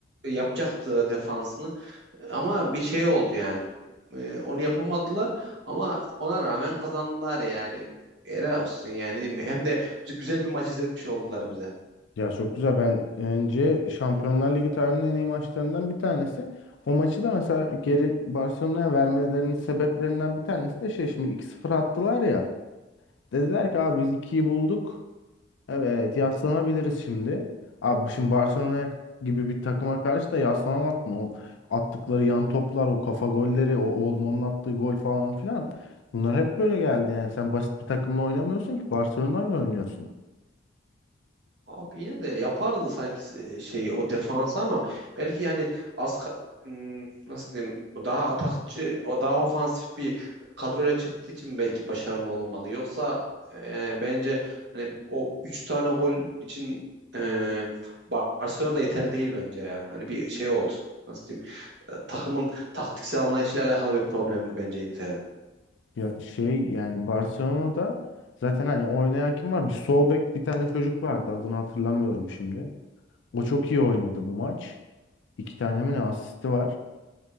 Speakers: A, on the right; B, on the left.
A: yapacaktı defansını ama bir şey oldu yani. E, onu yapamadılar ama ona rağmen kazandılar yani. Helal olsun yani değil mi? Hem de güzel bir maç izletmiş oldular bize.
B: Ya çok güzel. Ben önce Şampiyonlar Ligi tarihinin en iyi maçlarından bir tanesi. O maçı da mesela geri Barcelona'ya vermelerinin sebeplerinden bir tanesi de şey şimdi iki sıfır attılar ya. Dediler ki abi biz ikiyi bulduk. Evet yaslanabiliriz şimdi. Abi şimdi Barcelona gibi bir takıma karşı da yaslanamazsın. O attıkları yan toplar, o kafa golleri, o Olmo'nun attığı gol falan filan. Bunlar hep böyle geldi yani. Sen basit bir takımla oynamıyorsun ki Barcelona'yla oynuyorsun.
A: Abi yine de yapardı sanki e, şeyi o defansı ama belki yani az ka- hmm, nasıl diyeyim daha atakçı o daha ofansif bir kadroyla çıktığı için belki başarılı olmadı. Yoksa e, bence hani o 3 tane gol için e, Barcelona da yeterli değil bence ya. Hani bir şey oldu. Nasıl diyeyim e, takımın taktiksel anlayışıyla alakalı bir problemdi bence Inter'in.
B: Ya şey yani Barcelona'da zaten hani oynayan kim var? Bir sol bek bir tane çocuk vardı. Adını hatırlamıyorum şimdi. O çok iyi oynadı bu maç. İki tane mi ne asisti var.